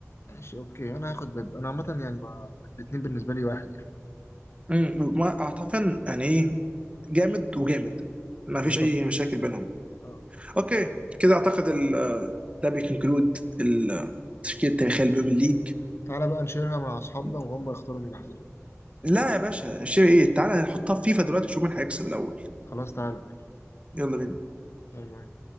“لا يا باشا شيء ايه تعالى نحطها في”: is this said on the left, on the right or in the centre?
Right